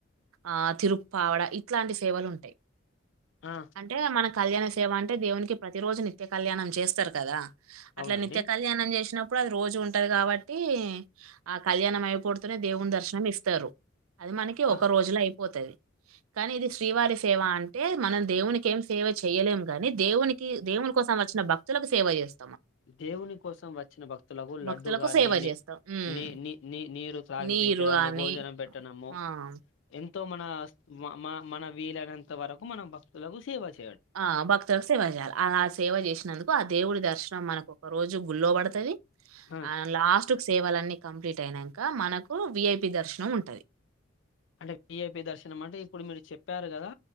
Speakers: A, on the right (about 85°); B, on the left (about 60°).
A: ఆ తిరుప్పావడ ఇట్లాంటి సేవలు ఉంటాయి
B: ఆ
A: అంటే మన కళ్యాణ సేవ అంటే దేవునికి ప్రతి రోజు నిత్య కళ్యాణం చేస్తారు కదా అట్లా
B: అవునండి
A: నిత్య కళ్యాణం చేసినప్పుడు అది రోజు ఉంటది కాబట్టి ఆ కళ్యాణం అయిపోవుడుతూనే దేవుని దర్శనం ఇస్తారు అది మనకి ఒక
B: ఆ
A: రోజులు అయి పోతది కానీ ఇది శ్రీవారి సేవ అంటే మనం దేవునికి ఏం సేవ చేయ్యలేము గాని దేవుని కి దేవునీ కోసం వచ్చిన భక్తులకు సేవ చేస్
B: దేవుని కోసం వచ్చిన భక్తులకు లడ్డు
A: భక్తులకు
B: గానిని
A: సేవ జేస్తాం. హ్మ్.
B: నీ నీ నీ నీరు త్రాగిపించడము
A: నీరు గాని
B: భోజనం పెట్టడము
A: ఆ!
B: ఎంత మన మ మన వీలైనంత వరకు మనం భక్తులకు సేవ చే
A: ఆ భక్తులకు సేవ చేయాల అడ సేవ చేసినందుకు ఆ దేవుడి దర్శనం మనకు ఒక రోజు గుల్లో వడుతది
B: ఆ,
A: అ లాస్ట్ కు సేవాల అన్నీ కంప్లీట్ అయినంక మనకు విఐపి దర్శనం ఉంటది
B: అంటే విఐపి దర్శనం అంటే ఇప్పుడు మీరు చెప్పారు కదా